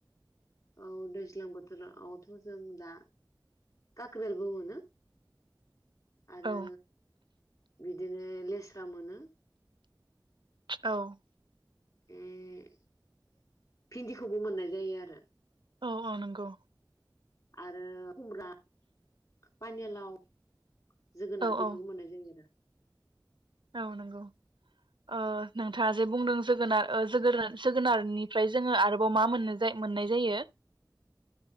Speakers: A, on the left (about 50°); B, on the right (about 80°).
A: औ दैज्लां बोथोरआवथ' जों दा काकरेलबो मोनो। आरो
B: औ
A: बि दिनो लेस्रा मोनो
B: औ
A: अम भिन्दिखौबो मोननाय जायो आरो।
B: औ अ नंगौ
A: आरो खुमब्रा पानिलाव जोगोनार
B: औ
A: बेफोरखौ
B: औ
A: मोननाय जायो आरो।
B: औ नांगौ ओ नोंथाङा जे बुंदों जोगोनार ओ जोगोनार-जोगोनारनिफ्राय जोंङो आरोबाव मा-मोननाय जायो।